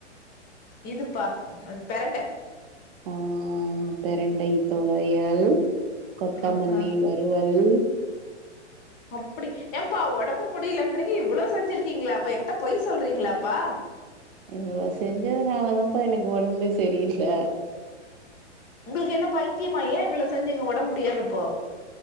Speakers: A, on the left; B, on the right.
A: இதுப்பா அ பெரண்ட
B: ஆ பெரண்டை தொவையல் கொத்தமல்லி
A: ஆஹா
B: வ டுவல்
A: அப்டி ஏம்ப்பா ஒடம்பு முடியலன்றீங்க இவ்ளோ செஞ்சிருகீங்ளா அப்ப என்ட்ட பொய் சொல்றீங்ளாப்பா
B: இவ்ளோ செஞ்சதுனாலதாம்ப்பா எனக்கு ஒடம்பே செரியில்ல
A: உங்ளுக்கு என்ன பைத்தியமா ஏன் இவ்ளோ செஞ்சீங்க ஒடம்பு முடியாதப்போ